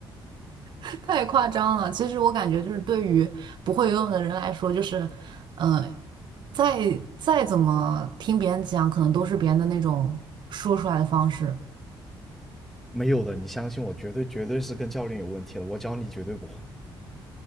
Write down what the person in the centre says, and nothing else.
没有的，你相信我，绝对绝对是跟教练有问题了，我教你绝对不会。